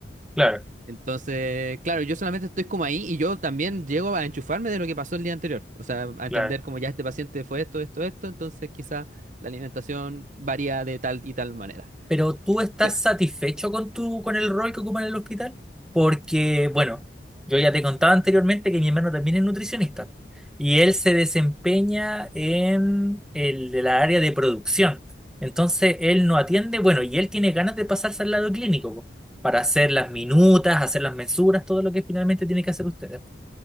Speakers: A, in the centre; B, on the right.
A: claro,
B: Entonces, claro, yo solamente estoy como ahí y yo también llego a enchufarme de lo que pasó el día anterior, o sea, a entender
A: claro.
B: como ya este paciente fue esto, esto, esto, entonces quizá la alimentación varía de tal y tal manera.
A: Pero tú estás
B: Pe-
A: satisfecho con tu, con el rol que ocupa en el hospital? Porque, bueno, yo ya te contaba anteriormente que mi hermano también es nutricionista y él se desempeña en el de la área de producción. Entonces, él no atiende, bueno, y él tiene ganas de pasarse al lado clínico po, para hacer las minutas, hacer las mensuras, todo lo que finalmente tiene que hacer usted.